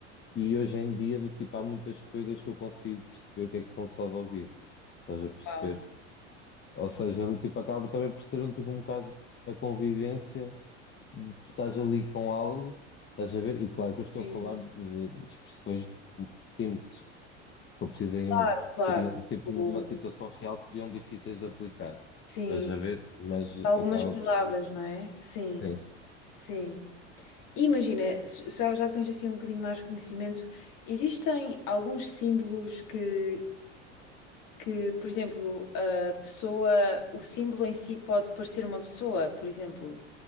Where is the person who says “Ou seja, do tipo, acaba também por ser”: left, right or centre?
Left